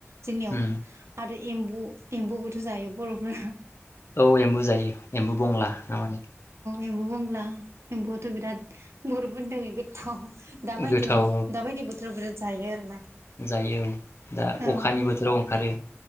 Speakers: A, on the right; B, on the left.
A: जोंनियाव
B: उम
A: आरो एम्बु एम्बुबोथ' जायो बर'फ्रा
B: औ एम्बु जायो एमबु बुंला ना मा होनो
A: एमबु बंग्ला एमबुआथ' बिराद बर'फोरनि थाखाय गोथाव दाबायदियाव
B: गोथाव
A: दाबायदि बोथोराव बिराद जायो आरोना
B: जायो औ दा
A: औ
B: अखानि बोथोराव ओंखारो